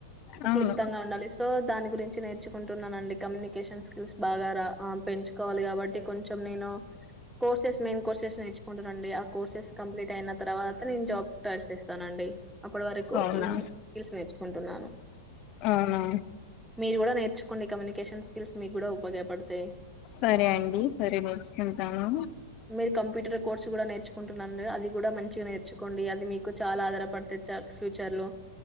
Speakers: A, on the left; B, in the centre.
A: అవును
B: క్లుప్తంగా ఉండాలి సో దాని గురించి నేర్చుకుంటున్నానండి కమ్యూనికేషన్ స్కిల్స్ బాగా రా పెంచుకోవాలి కాబట్టి కొంచెం నేను కోర్సెస్ మెయిన్ కోర్సెస్ నేర్చుకుంటానండి ఆ కోర్సెస్ కంప్లీట్ అయిన తర్వాత నేను జాబ్ ట్రయల్ చేస్తానండి అప్పటి వరకు
A: అవునా
B: ఇన్ స్కిల్స్ నేర్చుకుంటా టున్నను
A: అవునా
B: మీరు కూడా నేర్చుకోండి కమ్యూనికేషన్ స్కిల్స్ మీకు కూడా ఉపయోగపడతాయి.
A: సరే అండి సరే నేర్చుకుంటాను
B: మీరు కంప్యూటర్ కోర్స్ కూడా నేర్చుకుంటున్నాండి అది కూడా మంచిగా నేర్చు తెచ్చుకోండి అది మీకు చాలా ఆధారపడితే ఫ్యూచర్ లో